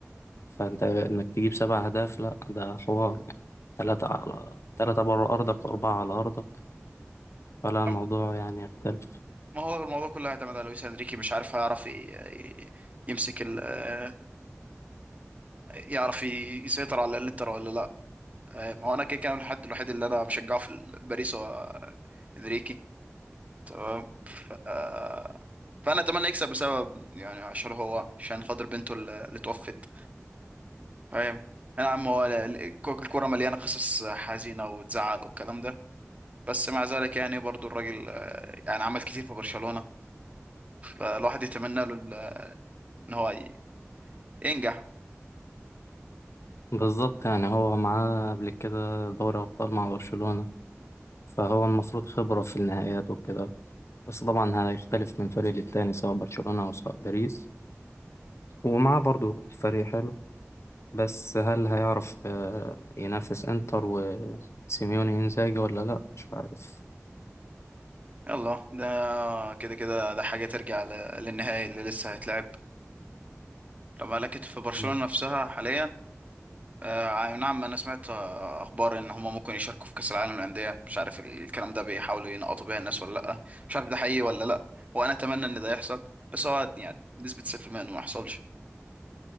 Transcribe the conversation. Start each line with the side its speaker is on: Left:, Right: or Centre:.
Left: فأنت إنك تجيب سبع أهداف لأ ده حوار يعني تلاتة على تلاتة بره أرضك وأربعة على أرضك فلا الموضوع
Right: أم-
Left: يعني يختلف
Right: ما هو الموضوع كله هيعتمد على لويس انريكي مش عارف هيعرف ي- ي- يمسك ال آه، يعرف ي- يسيطر على الانتر ولا لا آه، ما هو انا كده كان الحد الوحيد اللي انا بشجعه في ال- باريس هو آه، انريكي تمام ف... آه، فانا اتمنى يكسب بسبب يعني عشان هو عشان خاطر بنته اللي اللي توفت فاهم يا عم هو ال- ال- الكرة مليانة قصص حزينة وتزعل والكلام ده بس مع ذلك يعني برضو الراجل آه، يعني عمل كتير في برشلونة فالواحد يتمنى له ال- ان هو ي- ينجح
Left: بالظبط يعني هو معاه قبل كده دوري أبطال مع برشلونة فهو المفروض خبرة في النهائيات وكده بس طبعا هيختلف من فريق للتاني سواء برشلونة أو سواء باريس ومعاه برضو فريق حلو بس هل هيعرف آه، ينافس إنتر وسيميوني إنزاجي ولا لأ مش عارف
Right: يلا ده كده كده ده حاجة ترجع ل- للنهائي اللي لسه هيتلعب طبعا لكن في برشلونة
Left: مم.
Right: نفسها حاليا آه، نعم انا سمعت آه، اخبار ان هما ممكن يشاركوا في كأس العالم للأندية مش عارف الكلام ده بيحاولوا ينقطوا بيها الناس ولا لا مش عارف ده حقيقي ولا لا وانا اتمنى ان ده يحصل بس هو يعني نسبة 0% انه ما يحصلش